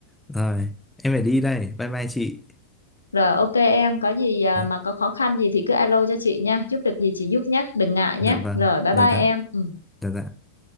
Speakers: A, in the centre; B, on the left (about 80°).
A: rồi, em phải đi đây, bye bye chị.
B: Rồi ok em có gì ờ,
A: Dạ,
B: mà có khó khăn gì thì cứ alo cho chị nha giúp được gì chị giúp nhé đừng ngại
A: dạ
B: nhé
A: vâng,
B: rồi bye
A: dạ
B: bye
A: dạ,
B: em ừ.
A: dạ dạ.